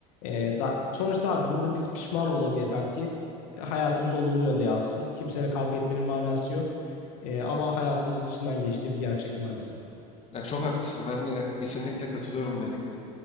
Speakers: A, on the left; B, on the left.
A: Ee, da, sonuçta abi burada biz pişman olalım yeter ki e, hayatımıza olumlu yönde yansın. Kimseyle kavga etmenin manası yok. Ee, ama hayatımızın içinden geçtiği bir gerçek maalesef.
B: ya çok haklısın. Ben de kesinlikle katılıyorum bu dediklerine.